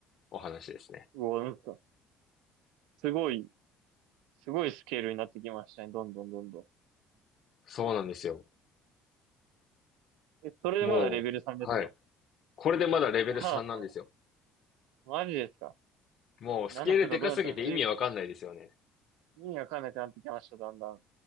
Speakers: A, on the left; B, on the right.
A: お話ですね。
B: うわ、なんか、すごい、すごいスケールになってきましたね。どんどんどんどん。
A: そうなんですよ。
B: え、それでまだレベル3ですか
A: もう、はい。これでまだレベル3なんですよ。
B: あ、<laughs> マジですか
A: もうスケールでかすぎて意味わかんないですよね。
B: ?7 とかどうなっちゃうえ、意味わかんなくなってきました、だんだん。